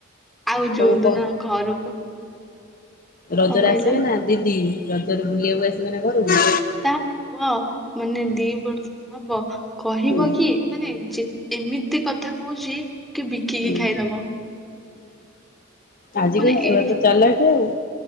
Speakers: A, in the centre; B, on the left (about 40°).
A: ଆଉ
B: ତମକୁ
A: ଯୋଉ ଦିନ ଘରକୁ
B: ରଜରେ
A: କଣ କହିଲ
B: ଆସିବେ ନା ଦିଦି। ରଜରେ ବୁଲିବାକୁ ଆସିବେ ନା ଘରକୁ?
A: ତା ପୁଅ ମାନେ ଦି ବର୍ଷ ହବ କହିବ
B: ହୁଁ
A: କି ମାନେ ଯେ ଏମିତି କଥା ହୁଛିି କି ବିକିକି
B: ହୁଁ
A: ଖାଇଦବ।
B: ଆଜିିକାଲି
A: ମାନେ
B: ଛୁଆ
A: ଏଇ
B: ତ ଚାଲାକ <inaudible>